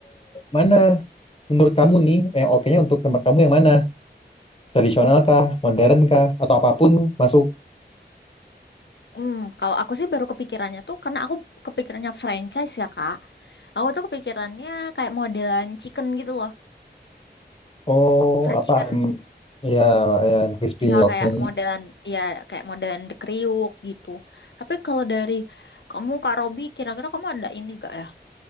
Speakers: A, on the left; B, on the left.
A: mana? Menurut kamu nih, yang oke-nya untuk tempat kamu yang mana? tradisional kah, modern kah, atau apapun masuk.
B: Hmm, kalau aku sih baru kepikirannya tuh karena aku kepikirannya franchise ya, Kak. Aku tuh kepikirannya kayak modelan chicken gitu loh,
A: Oh,
B: fried
A: apa
B: chicken.
A: ayam, ya, ya ayam crispy,
B: Misal
A: oke.
B: kayak modelan ya kayak modelan The Kriuk gitu. Tapi kalau dari kamu Kak Robi, kira-kira kamu ada ini gak ya?